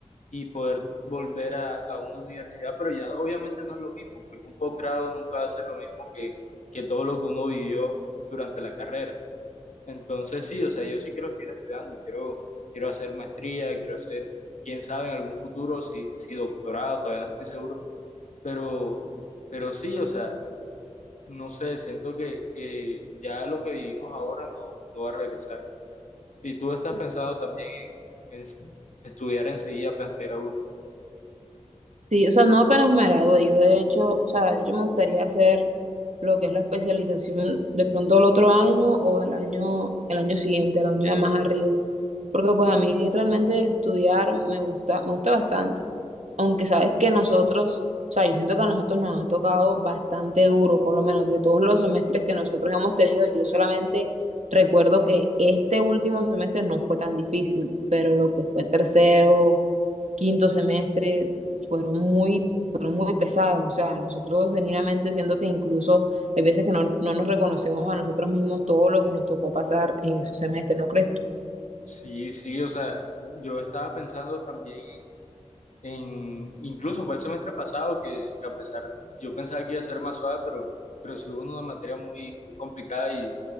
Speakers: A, on the left; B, on the right.
A: y poder volver a, a una universidad, pero ya no- obviamente no es lo mismo, porque un posgrado nunca va a ser lo mismo que, que todo lo que uno vivió durante la carrera. Entonces sí, o sea, yo sí quiero seguir estudiando y quiero, quiero hacer maestría, quiero hacer, quién sabe, en algún futuro, si, si doctorado, todavía no estoy seguro pero, pero sí, o sea, no sé, siento que, que ya lo que vivimos ahora no, no va a regresar. Y tú estás pensado también en, en s- estudiar enseguida apenas te gradúes.
B: Sí, o sea, no apenas me gradué, yo de hecho, o sea, de hecho me gustaría hacer lo que es la especialización de pronto el otro año o el año, el año siguiente, el año de más arriba. Porque pues a mí realmente estudiar me gusta, me gusta bastante. Aunque sabes que nosotros, o sea, yo siento que a nosotros nos ha tocado bastante duro, por lo menos de todos los semestres que nosotros hemos tenido, yo solamente recuerdo que este último semestre no fue tan difícil, pero lo que fue tercero quinto semestre, fueron muy, fueron muy pesadas. O sea, nosotros genuinamente siento que incluso hay veces que no, no nos reconocemos a nosotros mismos todo lo que nos tocó pasar en esos semestres, ¿no crees tú?
A: Sí, sí, o sea, yo estaba pensando también en, en- incluso fue el semestre pasado que, que a pesar, yo pensaba que iba a ser más suave, pero, pero sí hubo una materia muy, muy complicada y